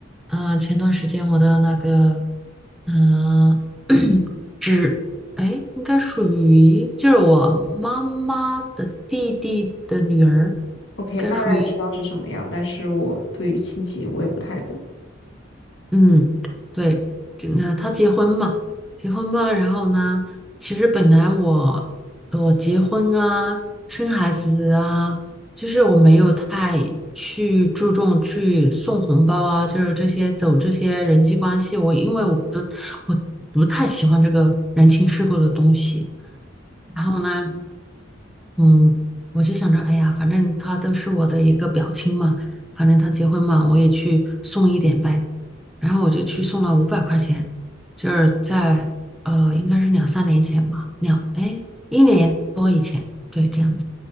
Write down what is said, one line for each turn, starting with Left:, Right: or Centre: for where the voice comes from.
Centre: 嗯、前段时间我的那个，嗯、<clears throat> 只，哎，应该属于就是我妈妈的弟弟的女儿，应该属于
Left: OK，大概知道是什么样，但是我对于亲戚我也不太懂。
Centre: 嗯，对，这个他结婚嘛，结婚嘛，然后呢，其实本来我我结婚啊，生孩子啊，就是我没有太去注重去送红包啊，就是这些走这些人际关系，我因为我不我不太喜欢这个人情世故的东西，然后呢，嗯，我就想着，哎呀，反正他都是我的一个表亲嘛，反正他结婚嘛，我也去送一点呗。然后我就去送了五百块钱，就是在呃，应该是两三年前吧，两哎一年多一对这样。